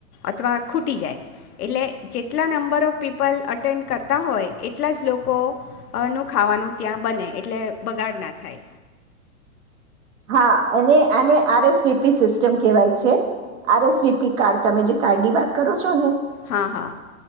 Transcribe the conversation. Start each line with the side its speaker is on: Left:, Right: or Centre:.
Left: અથવા ખૂટી જાય. એટલે જેટલા નંબર ઓફ પીપલ અટેન્ડ કરતા હોય એટલા જ લોકોનું ખાવાનું ત્યાં બને એટલે બગાડ ના થાય.
Right: હા અને આને R S V P system કહેવાય છે. R S V P card તમે જે કાર્ડ ની વાત કરો છો ને
Left: હા હા.